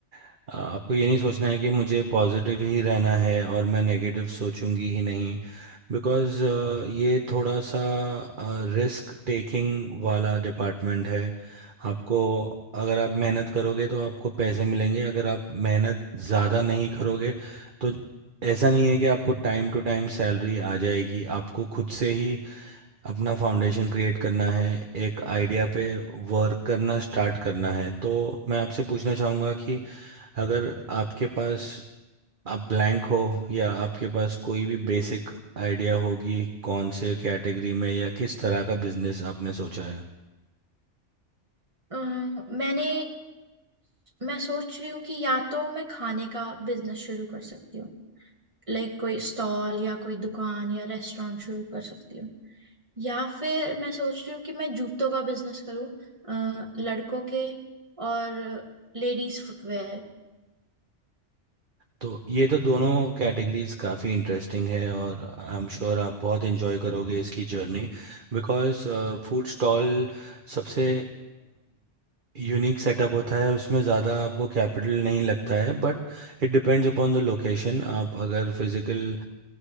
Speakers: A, on the right; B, on the right.
A: अ, आपको ये नहीं सोचना है कि मुझे पॉजिटिव ही रहना है और मैं नेगेटिव सोचूंगी ही नहीं बिकॉज ये थोड़ा सा रिस्क टेकिंग वाला डिपार्टमेंट है आपको अगर आप मेहनत करोगे तो आपको पैसे मिलेंगे अगर आप मेहनत ज़्यादा नहीं करोगे तो ऐसा नहीं है कि आपको टाइम टू टाइम सैलरी आ जाएगी आपको खुद से ही अपना फाउंडेशन क्रिएट करना है एक आइडिया पे वर्क करना स्टार्ट करना है तो मैं आपसे पूछना चाहूँगा कि अगर आपके पास आप ब्लैंक हो या आपके पास कोई भी बेसिक आइडिया होगी कौन से कैटेगरी में या किस तरह का बिजनेस आपने सोचा है
B: अ, मैंने मैं सोच रही हूँ कि या तो मैं खाने का बिजनेस शुरू कर सकती हूँ लाइक कोई स्टॉल या कोई दुकान या रेस्टोरेंट शुरू कर सकती हूँ या फिर मैं सोच रही हूँ कि मैं जूतों का बिजनेस करूँ अ, लड़कों के और लेडीज फुटवेयर
A: तो ये तो दोनों कैटेगरीज काफ़ी इंटरेस्टिंग है और आई एम श्योर आप बहुत एंजॉय करोगे इसकी जर्नी बिकॉज फूड स्टॉल सबसे यूनिक सेटअप होता है उसमें ज़्यादा आपको कैपिटल नहीं लगता है but it depends upon the location आप अगर फिज़िकल